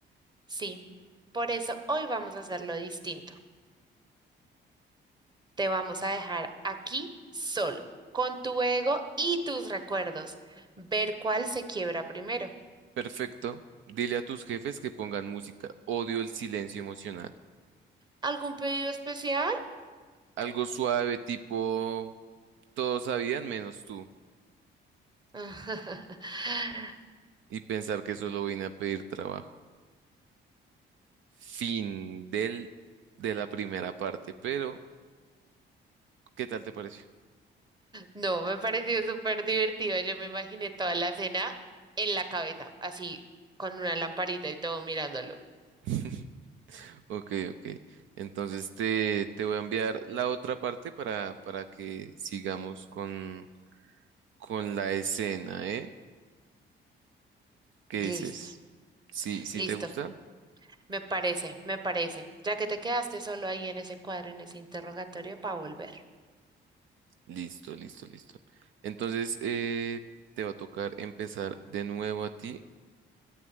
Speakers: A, on the right; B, on the right.
A: Sí, por eso hoy vamos a hacerlo distinto. Te vamos a dejar aquí solo, con tu ego y tus recuerdos. Ver cuál se quiebra primero.
B: Perfecto. Dile a tus jefes que pongan música. Odio el silencio emocional.
A: ¿Algún pedido especial?
B: Algo suave, tipo, todos sabían menos tú.
A: <laughs>
B: Y pensar que solo vine a pedir trabajo. Fin del, de la primera parte. Pero, ¿qué tal te pareció?
A: No, me pareció súper divertido. Yo me imaginé toda la cena en la cabeza, así con una lamparita y todo mirándolo.
B: <laughs> Ok, ok. Entonces te, te voy a enviar la otra parte para, para que sigamos con, con la escena, ¿eh? ¿Qué
A: Listo,
B: dices? ¿Sí, sí
A: listo.
B: te gusta?
A: Me parece, me parece. Ya que te quedaste solo ahí en ese cuadro, en ese interrogatorio, para volver.
B: Listo, listo, listo. Entonces, eh, te va a tocar empezar de nuevo a ti